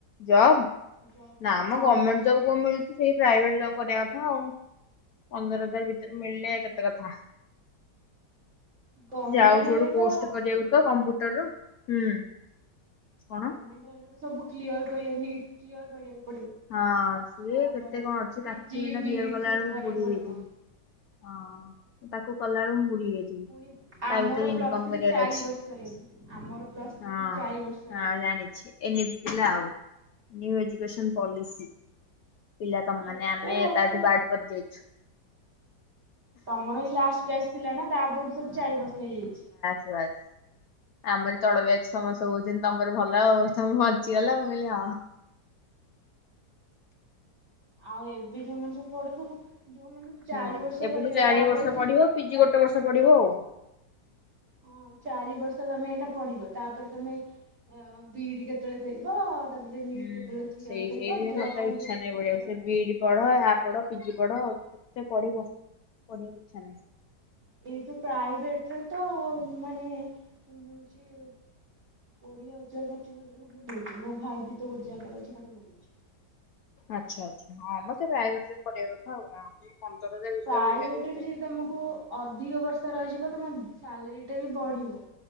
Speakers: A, on the left; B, on the right.
A: ଜବ
B: ଜବ୍
A: ନା ମ
B: ହଁ।
A: ଗଭର୍ଣମେଣ୍ଟ ଜବ୍ କଉ ମିଳୁଛି। ସେଇ ପ୍ରାଇଭେଟ ଜବ୍ କରିବା କଥା ଆଉ। ପନ୍ଦର ହଜାର ଭିତରେ ମିଳିଲେ କେତେ କଥା।
B: ଗଭର୍ଣମେଣ୍ଟ
A: ଯାଉଛି ଗୋଟେ
B: ହେଲେ
A: କୋର୍ସ
B: ତ
A: କରିବାକୁ ତ କମ୍ପୁଟର ର।
B: <unintelligible>
A: କଣ ହଁ ସିଏ
B: ତାପରେ
A: କେତେ କଣ ଅଛି
B: ପିଜି
A: ତାକୁ କ୍ଲିୟର
B: ବିଇଡି
A: କଲା
B: ସବୁ
A: ବେଳକୁ
B: କରିବାକୁ
A: ବୁଢ଼ୀ
B: ପଡିବ।
A: ହେଇଯାଇଥିବି। ହଁ ତାକୁ କଲାବେଳୁ ମୁଁ ବୁଢ଼ୀ ହେଇଯାଇଥିବି
B: ପୁଣି ଆମର
A: ତା ଭିତରେ
B: ପ୍ଲସ୍
A: ଇନକମ
B: ଥ୍ରୀ
A: କରିବାର
B: ଚାରି
A: ଅଛି।
B: ବର୍ଷ ହେଇଗଲି ଆମର ପ୍ଲସ୍ ଥ୍ରୀ
A: ହଁ
B: ପୁଣି ଚାରି ବର୍ଷ ହେଇଗଲି।
A: ହଁ ଜାଣିଛି। ଏନ ପ ଆଉ ଏଜୁକସନ ପଲିସି। ପିଲା ତମାନେେ
B: ଏତେ
A: ଆମେ
B: ବର୍ଷ
A: ତାଠୁ ବାଡ ପକେଇଛୁ।
B: ତମର ଏଇଁଲାଷ୍ଟ ବ୍ୟାଚ ଥିଲା ନା ତାପଠୁ ସବୁ ଚାର ବର୍ଷ ହେଇଯାଇଛି।
A: ବସ୍। ଆମର ତଳବ ଅଛି ସମସ୍ତେ କହୁଛନ୍ତି ତମର ଭଲ ଆଉ ତମେ ବଞ୍ଚିଗଲା ମୁଁ କହିଲି ହଉ।
B: ଆଉ ଏବେ ଯୋଉମାନୋନ ସବୁ ପଡ ସବୁ ଯୋଉମାନୋନ ସବୁ ଚାରି
A: ହୁଁ
B: ବର୍ଷ
A: ଏପଟୁ
B: କରିବେ
A: ଚାରି
B: ତାପରେ
A: ବର୍ଷ
B: ସେ।
A: ପଢିବ ପିଜି ଗୋ ବର୍ଷ ପଡିବ ଆଉ।
B: ହଁ ଚାରି ବର୍ଷ ତମେ ଏଇନା ପଢିବ ତାପରେ ତମେ ଅ ବିଡି କେତେବେଳେ କରିବ। ତାପରେ ନିଟ୍
A: ହୁଁ
B: କେତେବେଳେ କ୍ଲିୟର
A: ସେଇ
B: କରିବ
A: ସେଇଥିପାଇଁ
B: ଜବ୍
A: ମତେ ଆଉ
B: ପାଇଁ
A: ଇଚ୍ଛା
B: କେତେବେଳେ
A: ନାହିଁ
B: ପ୍ରିପେୟାର
A: ପଢିବାକୁ ସେ
B: ହବ।
A: ବିଇଡି ପଢ ଆର୍ ପଢ ପିଜି ପଢ କେତେ ପଢିବ ପଢିବାକୁ ଇଛା ନାହିଁ।
B: ଏତ ପ୍ରାଇଭେଟରେ ତ ମାନେ। କୋଡିଏ କୋଡିଏ ହଜାର ପଚିଶ ହ। ମିଳୁଛି ମୋ ଭାଇ ବି ତ ଗୋଟେ ଜାଗାରେ ଅଛି ତାକୁ ମିଳୁଛି।
A: ଆଚ୍ଛା ଆଚ୍ଛା ହଁ ମତେ ପ୍ରାଇଭେଟରେ ପଢ କଥା ଆଉ କଣ। ପନ୍ଦର ହଜାର। ଭିତରେ
B: ପ୍ରାଇଭେଟରେ
A: ମିଳିଲେ ଯେତେ
B: ବି ଯଦି
A: କଥା।
B: ତମକୁ ଅଧିକ ବର୍ଷା ରହିଯିବ ତମ ସାଲେରୀ ଟା ବି ବଢିବ।